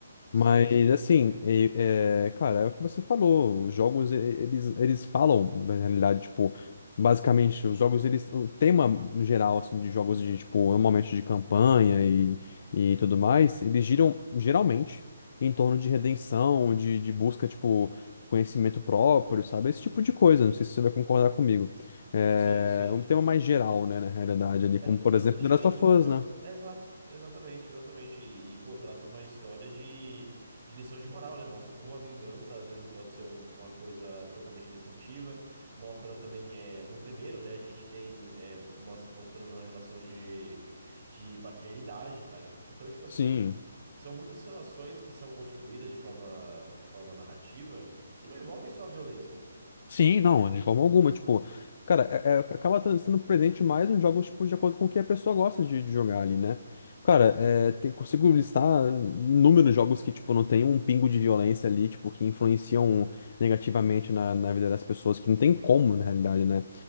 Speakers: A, on the left (about 50°); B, on the right (about 55°).
A: Mas
B: Sim, sim.
A: assim, e- é, cara, é o que você falou, os jogos e- eles, eles falam, na realidade, tipo, basicamente, os jogos, eles, o tema geral, assim, de jogos de, tipo, normalmente de campanha e, e tudo mais, eles giram, geralmente, em torno de redenção, de, de busca, tipo, conhecimento próprio, sabe? Esse tipo de coisa, não sei se você vai concordar comigo. É
B: Sim, sim.
A: um tema mais geral, né, na realidade, ali,
B: É,
A: como,
B: to-
A: por
B: eu
A: exemplo,
B: eu joguei
A: The Last
B: muitos
A: of Us,
B: jogos.
A: né?
B: É, exato, exatamente, exatamente. E, e, pô, trata uma história de, de lição de moral, né? Mostra como a vingança às vezes pode ser uma coisa totalmente destrutiva. Mostra também, é, no primeiro, né? A gente tem é, mos- mostrando uma relação de, de paternidade, cara. Então, tipo assim,
A: Sim.
B: são muitas relações que são construídas de forma, de forma narrativa que não envolvem só violência.
A: Sim, não, de forma alguma. Tipo, cara, é- é- acaba tran- sendo presente mais nos jogos, tipo, de acordo com o que a pessoa gosta de, de jogar ali, né? Cara, é, tem- consigo listar inúmeros jogos que, tipo, não tem um pingo de violência ali, tipo, que influenciam negativamente na, na vida das pessoas, que não tem como, na realidade, né?